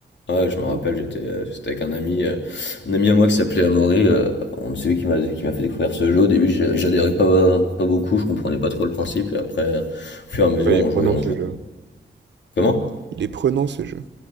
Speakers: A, on the left; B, on the right.
A: Ouais, je
B: Beaucoup.
A: me rappelle, j'étais euh, j'étais avec un ami, euh, un ami à moi qui s'appelait Amaury, euh, on c'est lui qui m'a qui m'a fait découvrir ce jeu. Au début, j'a- j'adhérais pas, pas beaucoup, je comprenais pas trop le principe, et après, au fur et à mesure,
B: Ouais,
A: on
B: il est prenant
A: jouait, on
B: ce
A: jouait.
B: jeu.
A: Comment?
B: Il est prenant ce jeu.